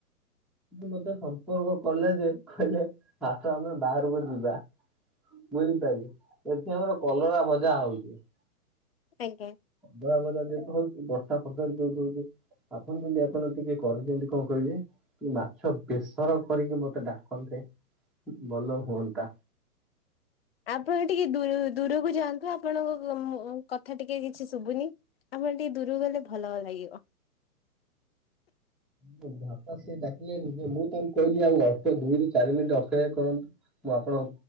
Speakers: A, in the centre; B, on the left.
A: ମତେ ସମ୍ପର୍କ କଲେ ଯେ କହିଲେ ଆସ ଆମେ ବାହାରକୁ ଯିବା ବୁଝିପାରିଲେ ଏଠି ଆମର କଲରା ଭଜା ହଉଛି ।
B: ଆଜ୍ଞା
A: ବ ବଜା ଯେହେତୁ ହଉଛି ବର୍ଷା ଫର୍ଷା ବି ଯୋଉ ହଉଛି । ଆପଣ ଯଦି ଆପଣ ଟିକେ କରୁଛନ୍ତି କଣ କହିବେ? ମାଛ ବେସର କରିକି ମତେ ଡାକନ୍ତେ ଭଲ ହୁଅନ୍ତା!
B: ଆପଣ ଟିକେ ଦୂରକୁ ଯାଆନ୍ତୁ, ଆପଣଙ୍କ କଥା ଟିକେ କିଛି ଶୁଭୁନି! ଆମର ଟିକେ ଦୂରକୁ ଗଲେ ଭଲ ଲାଗିବ।
A: <unintelligible> ସେ ଡକିଲେନ ଯେ ମୁଁ କହିଲି ଆଉ ଅଳ ଦୁଇରୁ ଚାରି ମିନିଟ ଅକ୍ଷୟ କରନ୍ତୁ, ମୁଁ ଆପଣ